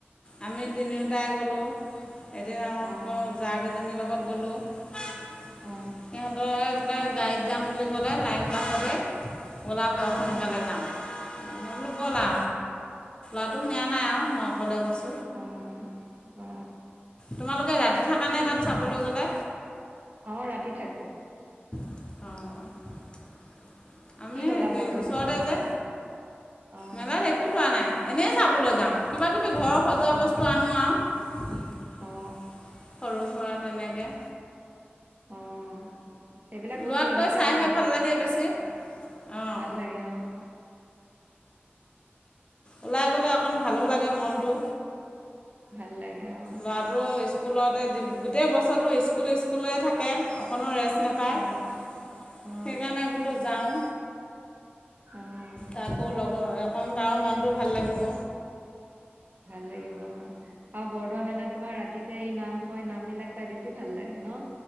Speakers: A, on the left; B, on the right.
A: আমি তিনিওটাই গ'লোঁ। এদিন আমা
B: অ
A: আকৌ জা কেইজনীৰ লগত গ'লোঁ। সিহঁতৰ
B: অ
A: বোলে গাড়ীত যাম বুলি, গ'লে লাইন, বাছতে ওলাব
B: অ
A: সোনকালে যাম বোলো ব ওলা
B: অ
A: আৰু। নাই আৰু মই অকলে গৈছো।
B: অ অ
A: তোমালোকে ৰাতি থাকা
B: কি
A: নে তাত চাবলৈ গলে?
B: অ ৰাতি থাকো
A: অঁ। আমি
B: কি ললা বৰদোৱা
A: ওচৰতে
B: মেলাত এইবাৰ
A: যে।
B: অ
A: মেলাত একো লোৱা নাই এনেই চাবলৈ যাওঁ। কিবা তি ঘৰৰ সজোৱা
B: অ
A: বস্তু আনো আৰু সৰু
B: অ
A: সুৰা তেনেকে
B: আহ। সেইবিলাক বস্তু
A: লোৱাতকৈ
B: কিনিবলে
A: চাইহে
B: ভাল,
A: লাগে বেছি অঁ
B: ভাল লাগে আহ।
A: ওলাই গ'লে অকণ ভালো লাগে মনটো।
B: ভাল লাগে। অ
A: ল'ৰাটো স্কুলতে দি গোটেই বছৰটো স্কুল স্কু স্কুল থাকে অকণো ৰেষ্ট নাপায়
B: অ
A: সেইকাৰণে বোলো যাওঁ।
B: অ অ
A: তাকৌ লগৰ কণ তাৰো মনটো ভাল লাগিব।
B: ভাল লাগিব অ আৰু বৰদোৱা মেলাত তোমাৰ ৰাতি যে এই নাম হয়, নাম বিলাক চাই বেছি ভাল লাগে ন।